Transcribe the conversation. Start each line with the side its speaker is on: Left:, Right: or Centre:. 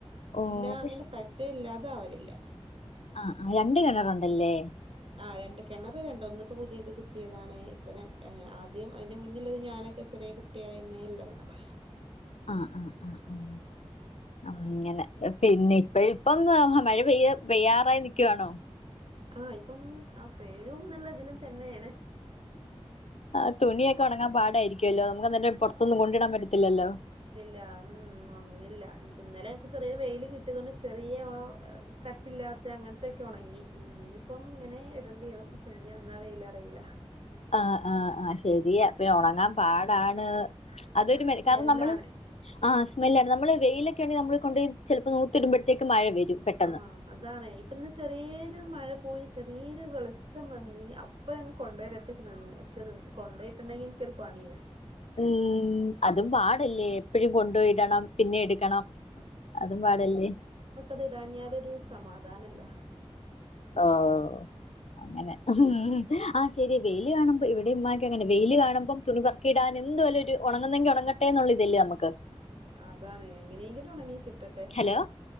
Left: ഓ
Right: ഇല്ല അങ്ങനെ
Left: പഷ്
Right: പറ്റെ ഇല്ലാതെ ആവലില്ല
Left: ആഹ് ആഹ് രണ്ട് കിണറുണ്ടലെ
Right: ആഹ് രണ്ട് കിണർ രണ്ട് ഒന്നിപ്പോ പുതിയത് കുത്തിയതാണെ ഇപ്പൊ രാൺ ആദ്യം അതിന്റെ മുനെയുള്ളത് ഞാനൊക്കെ ചെറിയ കു ചെറിയ കുട്ടി ആയിരുന്നേ ഉള്ള കിണറ
Left: ആഹ് ആഹ് ആഹ് ആഹ് മ്മ് അങ്ങനെ പിന്നെ ഇപ്പഴിപ്പോ <inaudible> മഴ പെയ്യ പെയ്യാറായി നിൽക്കുവാണോ
Right: ആ ഇപ്പം ആ പെഴും എന്നുള്ളതിലും തന്നെണ്
Left: ആഹ് തുണിയൊക്കെ ഉണങ്ങാൻ പാടായിരിക്കുല്ലോ നമുക്ക് അന്നേരം പുറത്തൊന്നും കൊണ്ടിടാൻ പറ്റത്തില്ലല്ലോ
Right: ഇല്ലല്ല ഉ ഉണങ്ങില്ല ഇന്നലെ എനിക്ക് ചെറിയ വെയില് കിട്ടിയതുകൊണ്ട് ചെറിയ ആ കട്ടില്ലാത്ത അങ്ങനത്തെക്കെ ഉണങ്ങി ഇനിയിപ്പം ഇങ്ങനെ ഇടേണ്ടി വരും ഇനി എന്നാ വെയിൽ അറിയില്ല
Left: ആഹ് ആഹ് ആഹ് ശരിയാ പിന്നെ ഉണങ്ങാൻ പാടാണ് അതൊരു
Right: ഒരു
Left: മെനക്കെ
Right: സ്മെല്ലാണ്
Left: കാരണം നമ്മള് ആഹ് സ്മെല്ലണ് നമ്മള് വെയിലൊക്കെ ഇണ്ടെഗിൽ നമ്മള് കൊണ്ട് ചിലപ്പോ നിവർത്തി ഇടുമ്പോഴത്തേക്കും മഴ വരും പെട്ടെന്ന്
Right: ആ അതാണേ ഇപ്പ ഇന്ന് ചെറിയൊരു മഴ പോയി ചെറിയൊരു വെളച്ചം വന്നി ഇപ്പ ഞങ്ങൾ കൊണ്ടോയിട്ട്ക്ക് നിന്ന് പക്ഷെ കൊണ്ട് പോയിട്ടുണ്ടെങ്കിൽ എനിക്കൊരു പണി
Left: മ്മ് അതും പാഡാ പാടല്ലേ എപ്പഴും കൊണ്ടോയി
Right: ആഹ്
Left: ഇടണം പിന്നെ
Right: ആഹ്
Left: എടുക്കണം
Right: അതാണ്
Left: അതും പാടല്ലേ
Right: ത് ഇടാഞ്ഞാൽ ഒരു സമാധാനല്ല
Left: ആഹ് അങ്ങനെ ആഹ് ശരിയ വെയില് കാണുമ്പ ഇവിടെ ഉമ്മാക്ക് അങ്ങനെ വെയില് കാണുമ്പം തുണി പറക്കി ഇടാൻ എന്തുവായാലും ഒരു ഉണങ്ങുന്നെങ്കി ഉണങ്ങട്ടെ ന്ന് ഒരു ഇത് അല്ലെ നമുക്ക്
Right: ആഹ് അതാണ് എങ്ങനെങ്കില്ലും ഉണങ്ങി കിട്ടട്ടെ
Left: ഹലോ